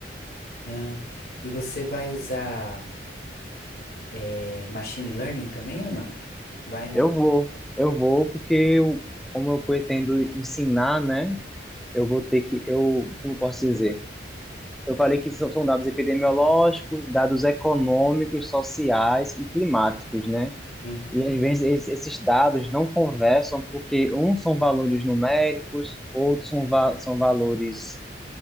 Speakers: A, on the left; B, in the centre.
A: Ah, e você vai usar é, machine learning também ou não? Vai, né?
B: Eu vou, eu vou porque eu, como eu pretendo ensinar, né? Eu vou ter que, eu, como eu posso dizer? Eu falei que são, são dados epidemiológicos, dados econômicos, sociais e climáticos, né?
A: Uhum.
B: E às vezes es- esses dados não conversam porque uns são valores numéricos, outros são, va- são valores